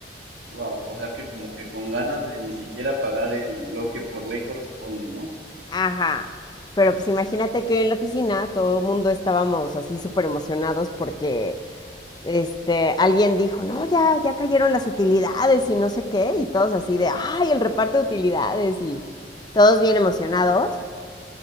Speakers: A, on the right; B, on the left.
A: Wow. O sea que como que con ganas de ni siquiera pagar el, lo que por ley corresponde, ¿no?
B: Ajá. Pero pues imagínate que en la oficina todo el mundo estábamos así súper emocionados porque este, alguien dijo, no, ya, ya cayeron las utilidades y no sé qué, y todos así de, ay, el reparto de utilidades y todos bien emocionados.